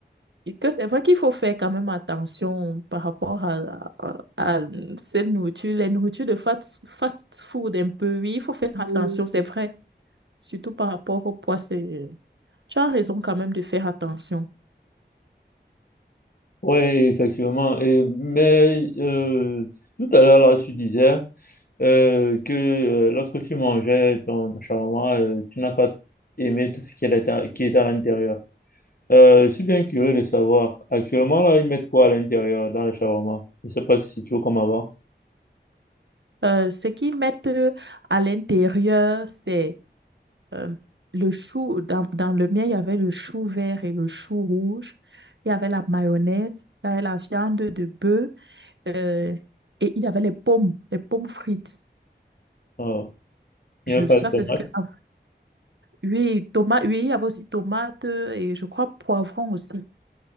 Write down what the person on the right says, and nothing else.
que c'est vrai qu'il faut faire quand même attention par rapport à, à, à cette nourriture, les nourritures de fast, fast food un peu. Oui, il faut faire attention, c'est vrai. Surtout par rapport au poids, c'est... Tu as raison quand même de faire attention.
Euh, ce qu'ils mettent à l'intérieur, c'est euh, le chou, dans, dans le mien, il y avait le chou vert et le chou rouge. Il y avait la mayonnaise, il y avait la viande de bœuf euh, et il y avait les pommes, les pommes frites.
Je,
ça,
c'est ce que... ah, Oui, tomate, oui, il y avait aussi tomate et je crois poivron aussi.